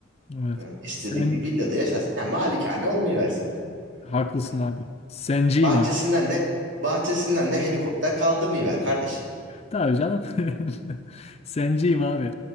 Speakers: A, on the left; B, on the right.
A: Evet.
B: Ee, istediğin
A: Sen
B: bir villada yaşarsın. Ha, malikane olmayıversin be.
A: haklısın
B: Ha.
A: abi. Senciyim
B: Bahçesinden
A: artık.
B: de bahçesinden de helikopter kaldırmayıver kardeşim.
A: Tabii canım. <laughs> Senciyim abi.